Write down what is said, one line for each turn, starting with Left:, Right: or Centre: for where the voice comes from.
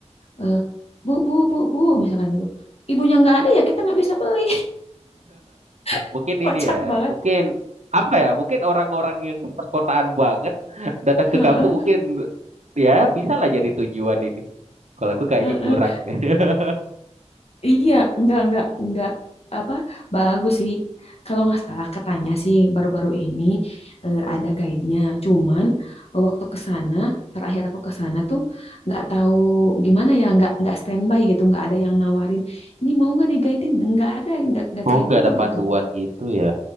Left: Eh, bu, bu, bu, bu, misalkan gitu. Ibunya nggak ada ya kita nggak bisa beli. <laughs>
Right: Mungkin
Left: Kocak
Right: ini ya,
Left: banget.
Right: mungkin apa ya? Mungkin orang-orang yang perkotaan banget datang
Left: Heeh,
Right: ke kampung mungkin ya bisa lah jadi tujuan ini. Kalau aku kayaknya
Left: heeh.
Right: kurang. <laughs>
Left: Iya, enggak, enggak, enggak, apa, bagus sih. Kalau nggak salah katanya sih baru-baru ini eh, ada guide-nya. Cuman eh, waktu ke sana, terakhir aku ke sana tuh nggak tahu gimana ya, nggak nggak standby gitu, nggak ada yang nawarin. Ini mau nggak diguidein? Nggak ada, nggak nggak
Right: Oh,
Left: kayak
Right: nggak
Left: gitu
Right: ada panduan
Left: gitu.
Right: gitu ya.